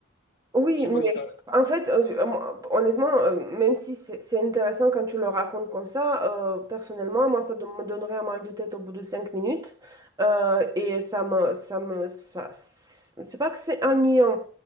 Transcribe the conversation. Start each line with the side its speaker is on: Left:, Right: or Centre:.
Right: Oui,
Left: Je sais
Right: mais
Left: pas si ça...
Right: en fait, euh, moi, honnêtement, euh, même si c'est c'est intéressant quand tu le racontes comme ça, euh, personnellement, moi, ça don- me donnerait un mal de tête au bout de cinq minutes. Euh, et ça me, ça me, ça, c'est pas que c'est ennuyant,